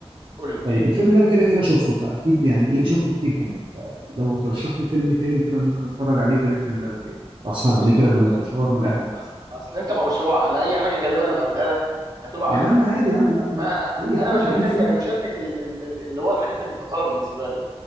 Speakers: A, on the right (about 35°); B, on the right (about 50°).
A: قول لي
B: طيب الفيلم ده أنا كده كده شفته فأكيد يعني إيه شفته كتير كمان فلو ترشح لي فيلم تاني كده ممكن أتفرج عليه غير الفيلم ده كده أسهر
A: اصل
B: عليه
A: اصل
B: كده
A: بص
B: بالفشار والقهوة
A: اصل, أصل انت موسوعه انا اي حاجه غالبا هقولها لك هتبقى
B: يا
A: عارفها
B: عم عادي يا عم بقى
A: فانا
B: أي حاجة
A: بشاركك
B: أي فيلم
A: يعني بشاركك ال- ال- ال- اللي هو الحاجات المفضله بالنسبه لي